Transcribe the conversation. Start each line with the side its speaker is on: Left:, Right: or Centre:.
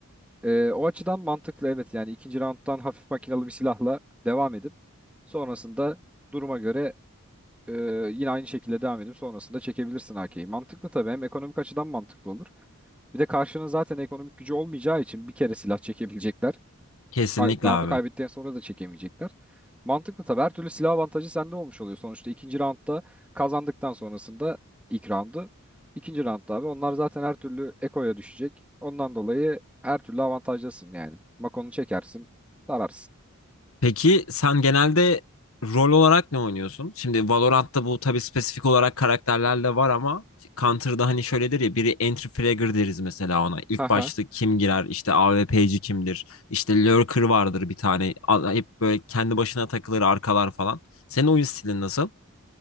Centre: Ee, o açıdan mantıklı evet yani ikinci rounddan hafif makinalı bir silahla devam edip sonrasında duruma göre e, yine aynı şekilde devam edip sonrasında çekebilirsin AK'yi. Mantıklı tabii hem ekonomik açıdan mantıklı olur. Bir de karşının zaten ekonomik gücü olmayacağı için bir kere silah çekebilecekler.
Left: Kesinlikle
Centre: Kay roundu
Left: abi.
Centre: kaybettikten sonra da çekemeyecekler. Mantıklı tabii. Her türlü silah avantajı sende olmuş oluyor. Sonuçta ikinci roundda kazandıktan sonrasında ilk roundu. ikinci roundda abi onlar zaten her türlü ekoya düşecek. Ondan dolayı her türlü avantajlısın yani. Makonu çekersin, sararsın.
Left: Peki sen genelde rol olarak ne oynuyorsun? Şimdi Valorant'ta bu tabii spesifik olarak karakterlerle var ama Counter'da hani şöyledir ya biri entry fragger deriz mesela ona. İlk
Centre: Haha.
Left: başta kim girer işte A AWP'ci kimdir işte lurker vardır bir tane A- hep böyle kendi başına takılır arkalar falan. Senin oyun stilin nasıl?